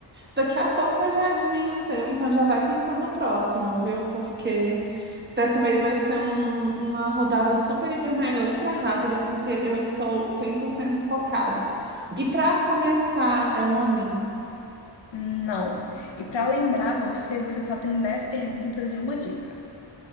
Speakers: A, on the right; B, on the left.
A: daqui a pouco eu já adivinho o seu, então já vai pensando o próximo, viu? Porque dessa vez vai ser um- uma rodada super, hiper, mega, ultra rápida, porque eu estou 100% focado. E para começar, é um homem?
B: não. E pra lembrar você, você só tem 10 perguntas e uma dica.